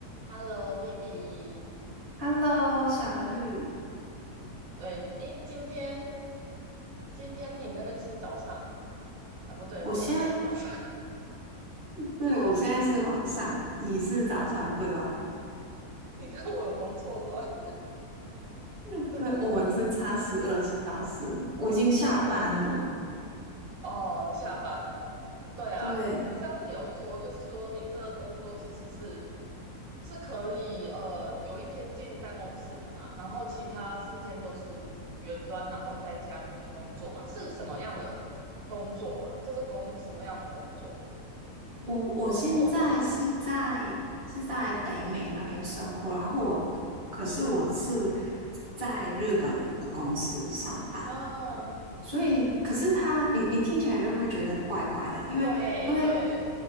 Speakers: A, on the right; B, on the right.
A: Hello，BB。
B: Hello，小绿，
A: 对，诶，今天今天你那边是早上嘛？啊，不对，我这边才是早上。
B: 我现在，对，我现在是晚上，
A: <laughs>
B: 你是早上，对吧？
A: 你看我有多错乱。
B: <laughs>
A: <laughs>
B: 对，我们是差十二小时，我已经下班了。
A: 对对对，对。哦，你下班了吼。对啊，
B: 对，
A: 你上次有说，就是说你这个工作其实是是可以呃有一天进办公室的嘛，然后其他四天都是远端，然后在家里面工作嘛，是什么样的工作啊？这是工什么样的工作？
B: 我，我现在是在是在北美那边生活，
A: 是做什么的
B: 然后我，可是我是在日本的公司上班，
A: 呀？啊，
B: 所以，可是他，你你听起来就会觉得怪怪的，因为因为
A: 对对，